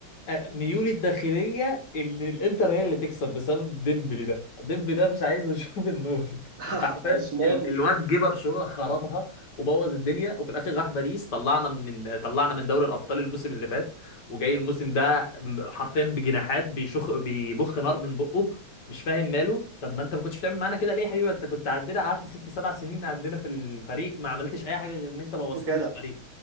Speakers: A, on the left (about 55°); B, on the right (about 50°).
A: آه، ميولي الداخلية ان الانتر هي اللي تكسب بسبب ديمبلي ده ديمبلي ده مش عايز يشوف النور <laughs>
B: <laughs>
A: انت عارفين
B: عثمان
A: ال- الواد جه برشلونة خربها وبوظ الدنيا وفي الاخر راح باريس طلعنا من طلعنا من دوري الابطال الموسم اللي فات وجاي الموسم ده حرفيا بجناحات بيشخ بيبخ نار من بقه مش فاهم ماله طب ما انت ما كنتش بتعمل معانا كده ليه يا حبيبي انت كنت عندنا قعدت ست سبع سنين عندنا في الفريق ما عملتش اي حاجه غير ان انت بوظت
B: كده
A: لنا الفريق